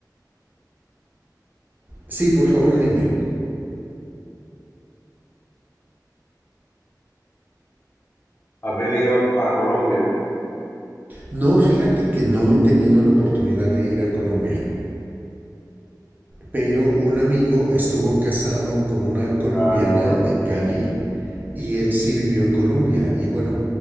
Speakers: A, on the right; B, on the left.
A: Sí, por favor, dime.
B: Has venido a, a Colombia.
A: No, fíjate que no he tenido la oportunidad de ir a Colombia. Pero un amigo estuvo casado con una colombiana
B: Ah, qué bueno.
A: de Cali y él sí vivió en Colombia. Y bueno,